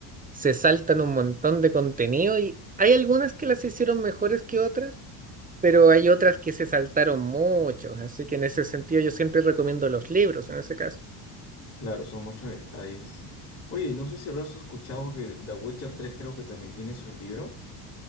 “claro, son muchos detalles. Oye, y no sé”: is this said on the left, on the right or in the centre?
Left